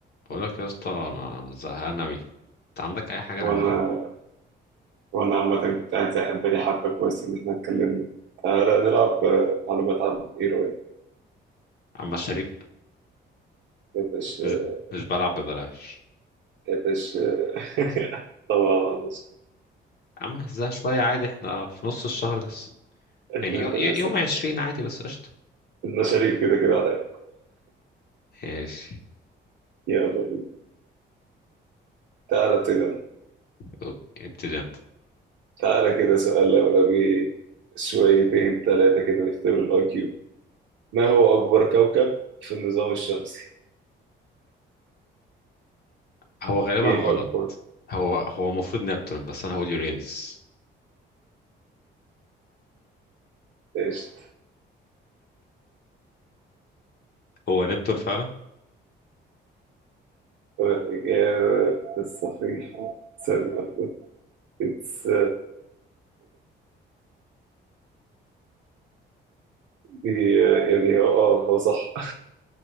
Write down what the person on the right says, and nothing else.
وانا
وانا عامة كنت قاعد زهقان بقالي حبة كويس ان احنا اتكلمنا تعالى نلعب آه، معلومات عامة ايه رأيك؟
يا باشا
يا باشا <laughs> طبعا يا باشا
اللي
انت نفسك
فيه
انت شريك كده كده عليا
يلا بينا تعالى ابتدي أنا.
تعالى كده سؤال لولبي شويتين ثلاثة كده نختبر الاي كيو ما هو أكبر كوكب في النظام الشمسي؟
ايه
أكبر؟
ايش؟
الإجابة الصحيحة ثانية واحدة اتس ي- يعني هو اه هو صح